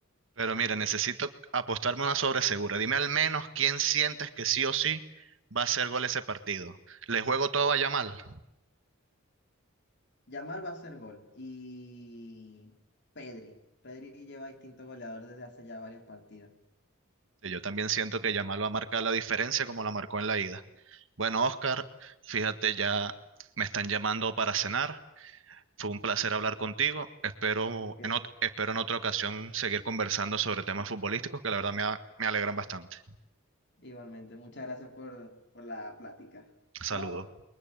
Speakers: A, on the right; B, on the left.
A: Pero mira, necesito apostarme una sobresegura. Dime al menos quién sientes que sí o sí va a hacer gol ese partido. ¿Le juego todo a Yamal?
B: Yamal va a hacer gol y Pedri, Pedri lleva distinto goleador desde hace ya varios partidos.
A: Sí, Yo también siento que Yamal va a marcar la diferencia como la marcó en la ida. Bueno, Oscar, fíjate, ya me están llamando para cenar. Fue un placer hablar contigo. Espero
B: Ok.
A: en, ot- espero en otra ocasión seguir conversando sobre temas futbolísticos que la verdad me, a- me alegran bastante.
B: Igualmente, muchas gracias por, por la plática.
A: Saludos.
B: Chao.